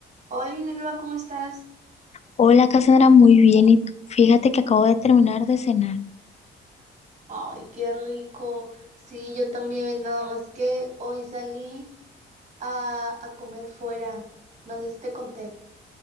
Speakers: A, on the right (about 35°); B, on the left (about 35°).
A: Hola, Inelva, ¿cómo estás?
B: Hola Cassandra, muy bien. ¿Y tú? Fíjate que acabo de terminar de cenar.
A: Ay, qué rico. Sí, yo también, nada más que hoy salí a, a comer fuera. No sé si te conté.